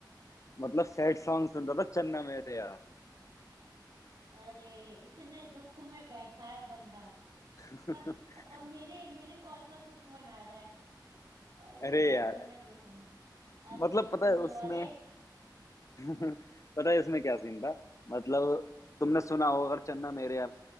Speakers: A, on the left; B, on the right.
A: मतलब सैड सॉन्ग सुन रहा था चन्ना मेरे यार
B: अरे इतने दुख में बैठा है बंदा
A: <laughs>
B: हाँ और मेरे मेरे कॉल का दुख मना रहा है अरे
A: अरे
B: यार
A: यार
B: रहने दो तुम अरिजीत
A: मतलब पता
B: सुनने
A: है उसमें
B: वाले
A: <laughs> पता है इसमें क्या सीन था मतलब तुमने सुना होगा अगर चन्ना मेरे यार